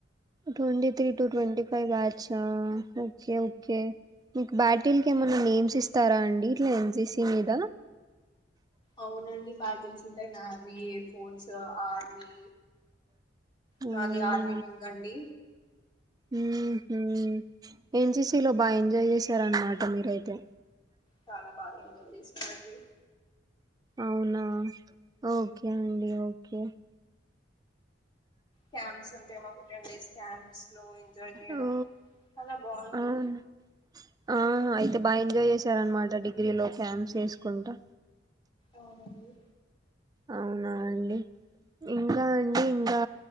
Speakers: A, on the right; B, on the left.
A: twenty three to twenty five batch ఆ ఓకే ఓకే మీకు బ్యాటిల్కి ఏమైన్నా నేమ్స్ ఇస్తారా అండి ఇట్లా ఎన్సిసి మీద
B: అవునండి బాటిల్స్ ఉంటాయి నావీ ఎయిర్ ఫోర్స్ ఆర్మీ
A: అవునా
B: నాది ఆర్మీ మిందా అండి
A: ఉమ్ హు ఎన్సిసిలో బాగా ఎంజాయ్ చేశారన్నమాట మీరైతే
B: చాలా బాగా ఎంజాయ్ చేసినానండి
A: అవునా ఓకే అండి ఓకే
B: క్యాంప్స్ ఉంటాయి మాకు టెన్ డేస్ క్యాంప్స్ లో ఎంజాయ్ చేయడం
A: ఓ
B: చాలా బాగుంటుంది
A: అవును ఆ అయితే బాగా ఎంజాయ్ చేసారనమాట డిగ్రీలో క్యామ్స్ చేసుకుంటా
B: అవునండి
A: అవునా అండి ఇంకా అండి ఇంకా